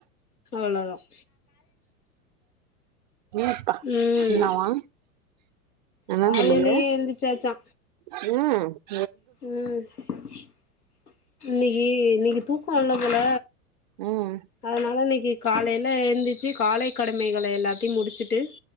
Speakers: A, on the left; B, on the right.
A: அவ்ளோதான்
B: ஏ அப்பா
A: ம்
B: என்னவா என்னா
A: காலையிலயே
B: பண்ணுது
A: எந்திச்சாச்சா
B: ம்
A: ம் இன்னிக்கு இன்னிக்கு தூக்கம் இல்ல போல
B: ம்
A: அதனால இன்னிக்கு காலைல எழுந்துச்சு காலை கடமைகளை எல்லாத்தையு முடிச்சிட்டு